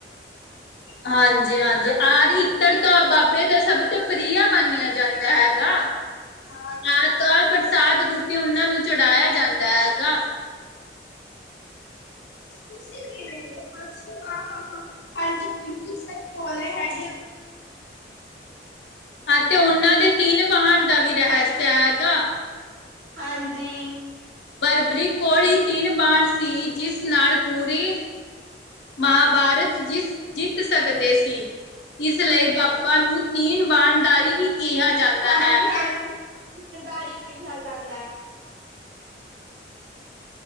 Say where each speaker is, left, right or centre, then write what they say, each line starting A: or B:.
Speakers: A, on the left; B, on the right.
A: ਹਾਂਜੀ- ਹਾਂਜੀ ਆਰ ਇਤਰ ਤਾਂ ਬਾਬੇ ਦਾ ਸਭ। ਤੇ ਪ੍ਰਿਆ ਮੰਨਿਆ ਜਾਂਦਾ ਹੈਗਾ। ਆ ਤਾਂ ਪ੍ਰਸਾਦ ਰੂਪ। ਵੀ ਉਹਨਾਂ ਨੂੰ ਚੜਾਇਆ ਜਾਂਦਾ ਹੈਗਾ। ਤੁਸੀਂ ਕਿਵੇ ਹਾਂ- ਹਾਂ ਹਾਂਜੀ ਬਿਲਕੁ ਸਹੀ ਬੋਲ ਰਹੇ ਹੈਗੇ। ਅਤੇ ਉਹਨਾਂ ਦੇ ਤਿੰਨ ਵਾਹਨ ਦਾ ਵੀ ਰਹੱਸਾ ਹੈਗਾ।
B: ਹਾਂਜੀ
A: ਬਰਬਰੀਕ। ਕੋਲੀ ਤਿੰਨ ਬਾਹਣ ਸੀ ਜਿਸ ਨਾਲ ਪੂਰੀ ਮਹਾਭਾਰਤ ਜਿਸ ਜਿੱਤ ਸਕਦੇ ਸੀ। ਇਸ ਲਈ ਬਾਬਾ ਨੂੰ ਤੀਨ ਵਾਨਦਾਰੀ ਵੀ ਕਿਹਾ। ਜਾਂਦਾ
B: ਹਾਂਜੀ
A: ਹੈ।
B: ਹਾਂ ਗਾੜੀ ਕਿਹਾ ਜਾਂਦਾ ਹੈ